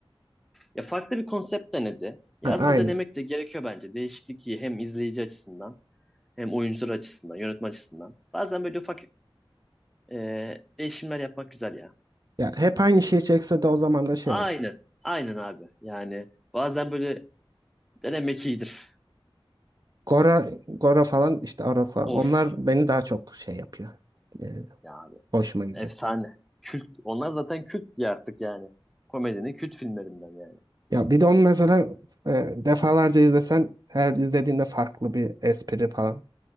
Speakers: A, in the centre; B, on the right (about 45°).
A: Ya farklı bir konsept denedi. Ya
B: Ha,
A: arada
B: aynen.
A: denemek de gerekiyor bence. Değişiklik iyi hem izleyici açısından hem oyuncular açısından, yönetmen açısından. Bazen böyle ufak e, değişimler yapmak güzel ya.
B: Ya hep aynı şeyi çekse de o zaman da şey
A: Aynen.
B: olur.
A: Aynen abi. Yani bazen böyle denemek iyidir.
B: Gora, Gora falan işte Aro falan.
A: Of
B: Onlar beni daha çok şey yapıyor. E,
A: ya abi.
B: hoşuma gidiyor.
A: Efsane. Kült. Onlar zaten kült diye artık yani. Komedinin kült filmlerinden yani.
B: Ya bir de onu mesela e, defalarca izlesen her izlediğinde farklı bir espri falan